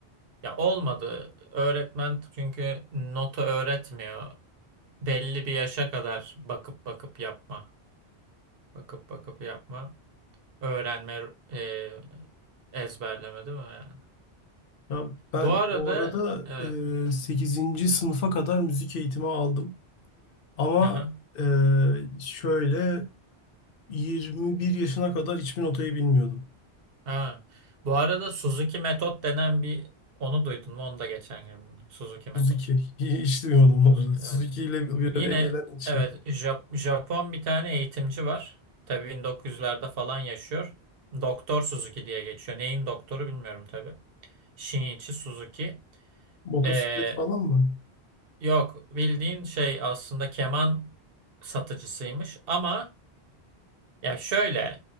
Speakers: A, on the right; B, on the left.
A: ya olmadı. Öğretmen çünkü nota öğretmiyor. belli bir yaşa kadar bakıp bakıp yapma. Bakıp bakıp yapma. Öğrenme, e, ezberleme değil mi yani?
B: ya ben
A: Bu arada
B: bu arada
A: evet.
B: e, 8. sınıfa kadar müzik eğitimi aldım. Ama
A: Aha.
B: e, şöyle 21 yaşına kadar hiçbir notayı bilmiyordum.
A: Ha. Bu arada Suzuki metot denen bir onu duydun mu? Onu da geçen gün. duydum. Suzuki metot.
B: Suzuki. <laughs> Hiç duymadım bu
A: Suzuki
B: arada. Suzuki
A: evet.
B: ile bir
A: Yine
B: araya gelen ilk şey.
A: evet Jap- Japon bir tane eğitimci var. Tabii 1900'lerde falan yaşıyor. Doktor Suzuki diye geçiyor. Neyin doktoru bilmiyorum tabii. Shinichi Suzuki.
B: Motosiklet
A: Ee,
B: falan mı?
A: Yok bildiğin şey aslında keman satıcısıymış ama ya şöyle